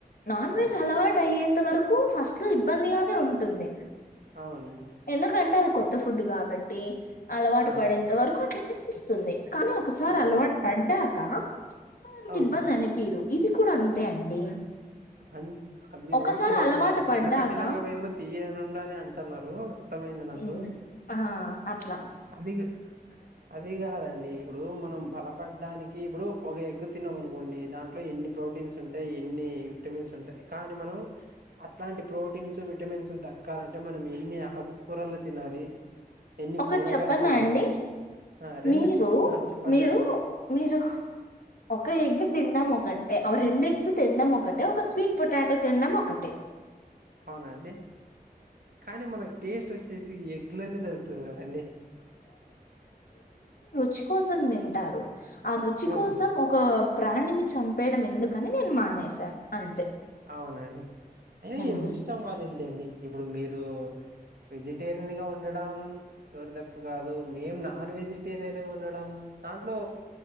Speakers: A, on the left; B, on the right.
A: నాన్
B: ఆ
A: వెజ్ అలవాటు అయ్యేంత వరకు ఫస్ స్టు ఇబ్బందిగానే ఉంటుంది
B: అవునండి
A: ఎందుకంటే అది కొత్త ఫుడ్ గాబట్టి అలవాటు
B: ఆ
A: పడేంత వరకు అట్లానే అన్పిస్తుంది కానీ ఒకసారి
B: ఆ
A: అలవాటు పడ్డాక అంత
B: అవును
A: ఇబ్బంది అనిపీదు ఇది కూడా అంతే అండి
B: అన్ అది
A: ఒకసారి
B: ఓకే ఓకే
A: అలవాటు
B: అండి
A: పడ్డాక
B: తినగ తినగ వేమ తియ్యనుండు అని అంటన్నారు త్తమైంది నాకు
A: హ్మ్. ఆ అట్లా
B: అది ఇగ అది గాదండి ఇప్పుడు మనం బలపడ్డానికి ఇప్పుడు ఒక ఎగ్గు తిన్నాం అనుకోండి దాంట్లో ఎన్ని ప్రోటీన్స్ ఉంటాయ్ ఎన్ని టమిన్స్ ఉంటాయ్ కానీ మనం అట్లాంటి ప్రోటీన్సు విటమిన్సు దక్కాలంటే మనం ఎన్ని ఆ కొర్రెలు తినాలి ఎన్ని
A: ఒకట్
B: కూరగాయలు
A: చెప్పన
B: తినాలి
A: అండి
B: ఆ రెండు
A: మీరు
B: చెప్పండి ఆ చె పర్లేదు
A: మీరు మీరు ఒక ఎగ్గు తిన్డం ఒకటే రెండ్ ఎగ్స్ తిన్డం మొక్కటే ఒక స్వీట్ పొటాటో తిన్డం మొక్కటే
B: అవునా అండి. కానీ మనకి టేస్ట్ వచ్చేసి ఎగ్లనే దొరుకుతుంది కదండి.
A: చి కోసం తింటారు, ఆ రుచి
B: అవును
A: కోసం ఒక ప్రాణిని చంపేయడం ఎందుకని నేను మానేశాను అంతే.
B: అవునండి. అయినా
A: ఉమ్.
B: ఎవరిష్టం వాలిల్లెండి. ఇప్పుడు మీరు వెజిటేరియన్ గా ఉండడం, ఎవర్ తప్పు కాదు, మేం నాన్ వెజిటేరియన్ గా ఉండడం. దాంట్లో